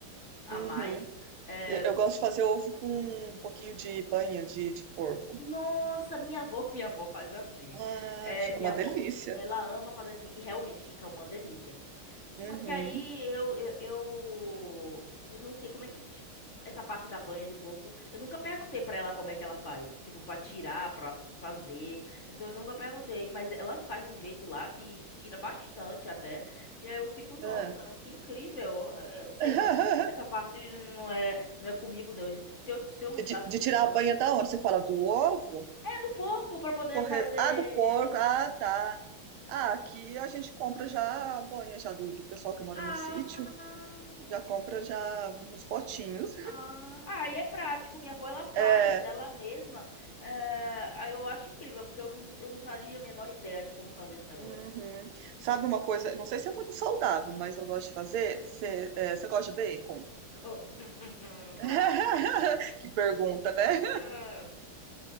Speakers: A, on the left; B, on the right.
A: a
B: Uhum.
A: mais. É,
B: Eu, eu gosto de fazer ovo com um pouquinho de banha de, de porco.
A: Nossa, minha avó, <laughs> minha avó faz assim.
B: Ah,
A: É,
B: fica
A: minha
B: uma
A: avó,
B: delícia.
A: ela ama fazer assim e realmente fica uma delícia. Só
B: Uhum.
A: que aí eu eu, eu, eu não sei como é que ti- essa parte da banha de porco, eu nunca perguntei pra ela como é que ela faz, tipo pra tirar, pra fazer. Então eu nunca perguntei, mas ela faz de um jeito lá que tira bastante até. E aí eu fico, nossa,
B: É.
A: que incrível. Eu não sei,
B: <laughs>
A: essa parte não é não é comigo não. Se eu se eu usasse
B: De, de de tirar
A: banho
B: a banha da onde? Você fala do ovo?
A: é do porco pra poder
B: Corre...
A: fazer.
B: Ah, do porco. Ah, tá. Ah, aqui a gente compra já a banha já do, do pessoal que mora
A: Ah,
B: no sítio. Já compra já nos potinhos.
A: ah, ah, e é prático. Minha avó ela faz
B: É.
A: ela mesma. É, aí eu acho incrível, porque eu, não- eu não faria a menor ideia de como fazer esse negócio.
B: uhum. Sabe uma coisa? Não sei se é muito saudável, mas eu gosto de fazer. Você
A: Hum.
B: é, você gosta de bacon?
A: Oh, <laughs>
B: <laughs>
A: Claro.
B: Que pergunta, né?
A: Ah.